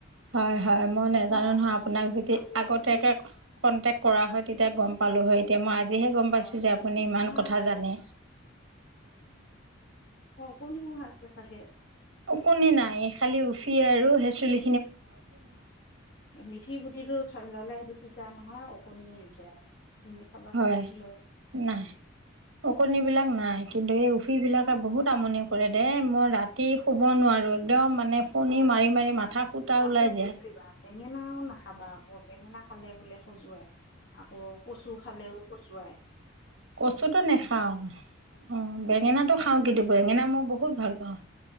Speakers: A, on the right (about 65°); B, on the left (about 60°).
A: হয় হয় মই নাজানো
B: একো
A: নহয়
B: আকৌ
A: আপুনি। আপাক যেতিদি
B: আকৌ
A: আগতাকে
B: হেৰি হয়
A: কন্টেক্ট কৰা হয় তেতিয়া গম পালো হয়। এতিয়া মই আজিহে গম
B: অ,
A: পাইছো যে আপুনি ইমান
B: আমাৰ
A: কথা জানে।
B: ওকণীওহ আছে চাগে
A: ওকণি নাই খালি উফি আৰু হেচুলি
B: মিঠি গুটিটো ললে সেইটো টিতা নহয় ওকণনিও নুঠে আৰু। তুমি চাবাচোন
A: হয়
B: লৈ
A: নাই ওকণি বিলাক নাই কিন্তু এই সেইবিলাকে বহুত আমনি কৰে দে মই ৰাতি শুব নোৱাৰো একদম মানে ফণী
B: হয়
A: মাৰি মাৰি মাথা ফুটা
B: আকৌ
A: ওলাই
B: হেৰি
A: যায়।
B: কৰিবা বেঙেনাও নাখাবা আকৌ বেঙেনা খালে বোলে খজোৱায় আকৌ কচু খালেও খজোৱাই
A: কচুতো নেখাও অ বেঙেনা টো খাও কিন্তু বেঙেনা মই বহুত ভাল পাও। পাওঁ